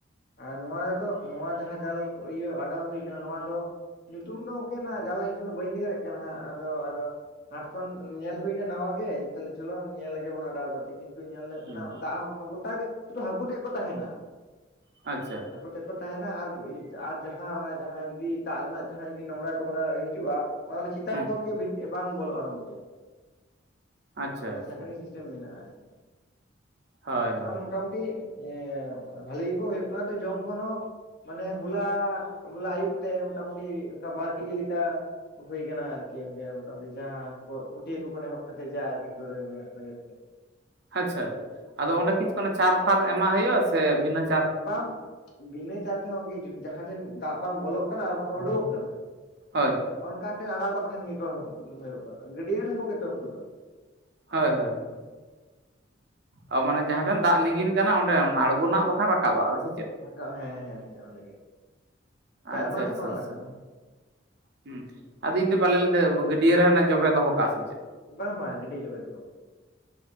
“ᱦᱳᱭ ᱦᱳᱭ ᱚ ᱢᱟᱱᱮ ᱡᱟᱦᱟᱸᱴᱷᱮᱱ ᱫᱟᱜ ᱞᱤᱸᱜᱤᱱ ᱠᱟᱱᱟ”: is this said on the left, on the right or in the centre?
Right